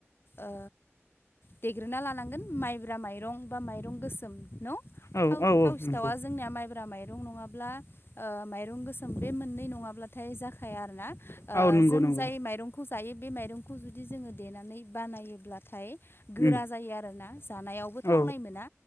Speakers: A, on the left; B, on the left.
A: ओ देग्रोना लानांगोन माइब्रा माइरं बा माइरं गोसोम न'
B: औ
A: थाव
B: औ
A: थाव
B: औ
A: सिथावा
B: नंगौ
A: जोंनिया माइ ब्रा माइरं नङाब्ला ओ माइरं गोसोम बे मोननै नङाब्लाथाय जाखाया आरो ना ओ
B: औ नंगौ
A: जों
B: नंगौ
A: जाय माइरंखौ जायो बे माइरंखौ जुदि जोङो देनानै बानायोब्लाथाय गोरा
B: उम
A: जायो आरोना जानायावबो थावनाय
B: औ
A: मोना